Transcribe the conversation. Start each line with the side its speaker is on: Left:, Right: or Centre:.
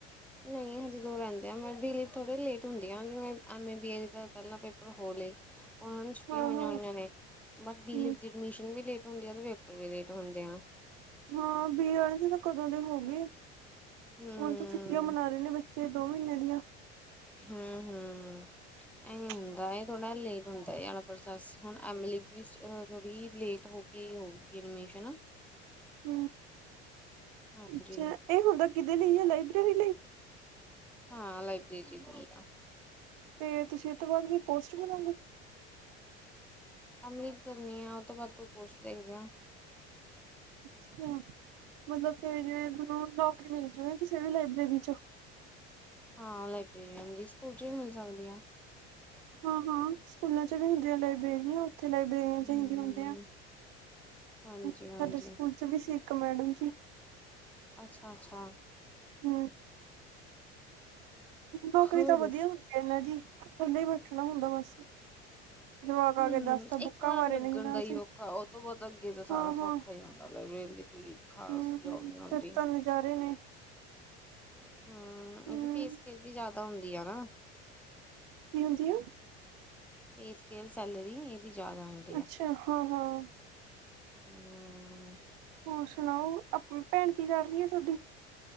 Centre: ਨਹੀਂ ਹਜੇ ਦੂਰ ਰਹਿੰਦੇ ਆ, ਮੈਂ ਵੀ ਥੋੜੇ ਲੇਟ ਹੁੰਦੀ ਆ, ਜਿਵੇਂ ਐਮ ਏ ਬੀਏ ਦਾ ਪਹਿਲਾਂ ਪੇਪਰ ਹੋਰ ਉਹਨਾਂ ਨੂੰ ਛੁੱਟੀਆਂ
Right: ਹਾਂ-ਹਾਂ
Centre: ਹੋਈਆਂ ਹੋਈਆਂ ਨੇ, ਬਸ ਬੀ
Right: ਹੂੰ
Centre: ਦੀ ਐਡਮਿਸ਼ਨ ਵੀ ਲੇਟ ਹੁੰਦੀ ਆ ਤੇ, ਪੇਪਰ ਵੀ ਲੇਟ ਹੁੰਦੇ ਆ
Right: ਹਾਂ ਬੀ ੲਡ ਦੇ ਤੇ ਕਦੋਂ ਦੇ ਹੋ ਗਏ।
Centre: ਹਮ
Right: ਹੁਣ ਤੇ ਛੁੱਟੀਆਂ ਮਨਾ ਰਹੇ ਨੇ ਬੱਚੇ ਦੋ ਮਹੀਨੇ ਦੀਆਂ।
Centre: ਹੂੰ ਹੂੰ।
Right: <inaudible>
Centre: ਹੁੰਦਾ ਇਹ ਥੋੜਾ ਲੇਟ ਹੁੰਦਾ ਹੈ ਏ ਵਾਲਾ ਵਾਹਿਗੁਰੂ ਪ੍ਰੋਸੈਸ, ਹੁਣ ਐਮ ਬੀ ਲਿਸਟ ਥੋੜੀ ਲੇਟ ਹੋ ਕੇ ਹੋਊ। ਕਿ ਐਡਮਿਸ਼ਨ ਨਾ
Right: ਹੂੰ
Centre: ਹਾਂਜੀ
Right: ਅੱਛਾ ਇਹ ਹੁੰਦਾ, ਕਿਦੇ ਲਈ ਹੈ ਲਾਇਬ੍ਰੇਰੀ ਲਈ।
Centre: ਹਾਂ ਲਾਇਬ੍ਰੇਰੀ ਲਈ ਆ।
Right: ਤੇ ਤੁਸੀਂ ਇਹ ਤੋਂ ਬਾਅਦ ਵੀ ਪੋਸਟ ਬਣੋਗੇ।
Centre: ਐਮ ਬੀ ਏ ਕਰਨੀ ਆ, ਉਹ ਤੋਂ ਬਾਅਦ ਕੋਈ ਪੋਸਟ ਦੇਖਦੇ ਆਂ।
Right: ਅੱਛਾ। ਮਤਲਬ ਫਿਰ ਜਿਵੇਂ ਤੇਨੂੰ ਨੌਕਰੀ ਮਿਲ ਜਾੳਗੀ ਕਿਸੇ ਵੀ ਲਾਇਬ੍ਰੇਰੀ ਚ।
Centre: ਹਾਂ ਲਾਇਬ੍ਰੇਰੀ, ਸਕੂਲ ਚ ਵੀ ਮਿਲ ਜਾਂਦੀ ਆ।
Right: ਹਾਂ ਹਾਂ ਸਕੂਲਾਂ ਚ ਵੀ ਹੁੰਦੀਆਂ ਲਾਇਬ੍ਰੇਰੀਆਂ। ਉੱਥੇ ਲਾਇਬ੍ਰੇਰੀਆਂ
Centre: ਹਮ
Right: ਹੁੰਦੀਆਂ
Centre: ਹਾਂਜੀ
Right: ਸਾਡੇ
Centre: ਹਾਂਜੀ
Right: ਸਕੂਲ ਚ ਵੀ ਸੀ, ਇੱਕ ਮੈਡਮ ਜੀ
Centre: ਅੱਛਾ- ਅੱਛਾ।
Right: ਹੂੰ ਨੌਕਰੀ
Centre: ਹੋਰ
Right: ਤਾਂ ਵਧੀਆ
Centre: ਦੱਸ
Right: ਹੁੰਦੀ ਹੈ ਇਹਨਾਂ ਦੀ, ੳਂਂਝੇ ਹੀ ਬੈਠਣਾ ਹੁੰਦਾ ਬਸ। ਜਵਾਕ ਆ
Centre: ਹੂੰ
Right: ਕੇ ਦੱਸਤਾ ਬੁੱਕਾਂ
Centre: ਇੱਕ ਵਾਰ
Right: ਬਾਰੇ
Centre: ਲੱਗਣ
Right: ਨਹੀਂ ਨਾ
Centre: ਦਾ
Right: ਅਸੀਂ
Centre: ਹੀ ਔਖਾ, ਉਹ ਤੋਂ ਬਾਅਦ ਅੱਗੇ ਤਾਂ
Right: ਹਾਂ
Centre: ਸਾਰਾ ਸੌਖਾ
Right: ਹਾਂ
Centre: ਹੀ ਹੁੰਦਾ ਵੇ ਦੀ ਕੋਈ ਖਾਸ
Right: ਹੂੰ
Centre: ਜਾੱਬ ਨਹੀ ਹੁੰਦੀ
Right: ਫਿਰ ਤਾਂ ਨਜ਼ਾਰੇ ਨੇ
Centre: ਹੂੰ,
Right: ਹੂੰ
Centre: ਇਹਦੀ ਪੇ ਸਕੈਲ ਵੀ ਜ਼ਿਆਦਾ ਹੁੰਦੀ ਆ ਨਾ।
Right: ਕੀ ਹੁੰਦੀ ਆ।
Centre: Pay scale- salary. ਇਹਦੀ ਜ਼ਿਆਦਾ ਹੁੰਦੀ
Right: ਅੱਛਾ, ਹਾਂ ਹਾਂ।
Centre: ਹੂੰ।
Right: ਹੋਰ ਸੁਣਾਓ। ਅਪ ਭੈਣ ਕੀ ਕਰ ਰਹੀ ਹੈ ਤੁਹਾਡੀ?